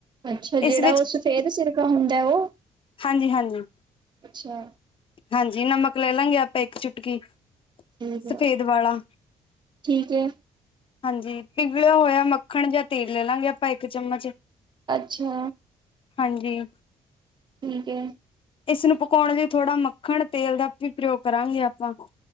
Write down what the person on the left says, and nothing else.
ਇਸ
ਹਾਂਜੀ-ਹਾਂਜੀ।
ਹਾਂਜੀ ਨਮਕ ਲੈ ਲਾਂਗੇ ਆਪਾਂ ਇੱਕ ਚੁਟਕੀ
ਸਫੇਦ
ਵਾਲਾ
ਹਾਂਜੀ ਪਿਘਲਿਆ ਹੋਇਆ ਮੱਖਣ ਜਾਂ ਤੇਲ ਲੈ ਲਾਂਗੇ ਆਪਾਂ ਇੱਕ ਚਮਚ।
ਹਾਂਜੀ‌।
ਇਸਨੂੰ ਪਕਾਉਣ ਲਈ ਥੋੜਾ ਮੱਖਣ, ਤੇਲ ਦਾ ਪੀ ਪ੍ਰਯੋਗ ਕਰਾਂਗੇ ਆਪਾਂ,